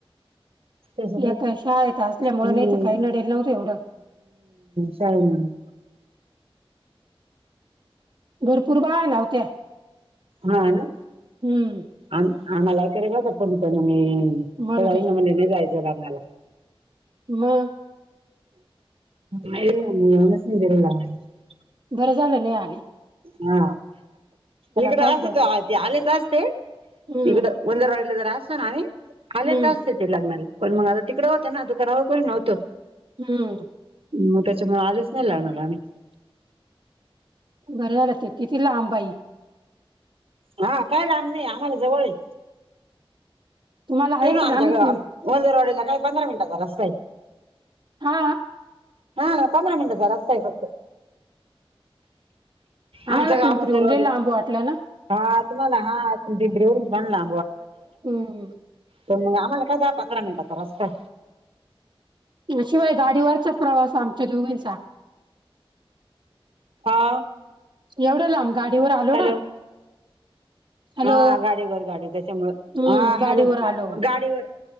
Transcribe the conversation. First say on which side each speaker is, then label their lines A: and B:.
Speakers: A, on the right; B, on the right.
A: <unintelligible> <inaudible>
B: एका शाळेत असल्यामुळे
A: हम्म,
B: नाही तर काही नडेल नव्हतं एवढं
A: सायेमा <inaudible>
B: भरपूर बाया नव्हत्या
A: हा, ना,
B: हम्म
A: आ आम्हालाय करेल फण पी <inaudible>
B: मरू
A: तू जाईन
B: दे
A: ना मी नाही जायचं लग्नाला
B: म.
A: येऊनच नाही <unintelligible>
B: बरं झालं नाही आलो.
A: हा, इकड
B: काय
A: अस
B: डोक
A: ते ते आलेच असते
B: हम्म
A: इकडं वंदर वाडले ज अस ना आणि आले
B: हम्म
A: जास्त येत लग्नाला पण मग आता तिकडे होतं ना, दुकानावर कोणी नव्हतं
B: हम्.
A: मग त्याच्यामुळे आलंच नाही लग्नाला आम्ही.
B: बरं झालं, ते किती लांब बाई
A: हा, काय लाम नाही आम्हाला जवळ हे.
B: तुम्हाला
A: ते
B: आहे
A: ना
B: पण
A: आमच्या
B: आम्ही पिं
A: आ वंद रोडला काय पंधरा मिनिटाचा रस्ता आहे.
B: हा.
A: हा, पधरा मिनिटाचा रस्ता फक्त
B: आम्हाला
A: आमच गाव
B: पिंपरीहून
A: वजरवाडी
B: लय लांब वाटलं ना
A: हा तुम्हाला हा पिंपरी हून बनला.
B: हम्.
A: तर मग आम्हाला काय दहा पंधरा मिनटाचा रस्ता
B: शिवाय गाडीवरचा प्रवास आमच्या दोघींचा
A: हा.
B: एवढं लांब गाडीवर आलो
A: हॅलो
B: ना हॅलो
A: हा, गाडीवर गाडी त्याच्यामुळे
B: हम्म
A: हा
B: गाडीवर
A: हॅलो
B: आलो
A: गाडीवर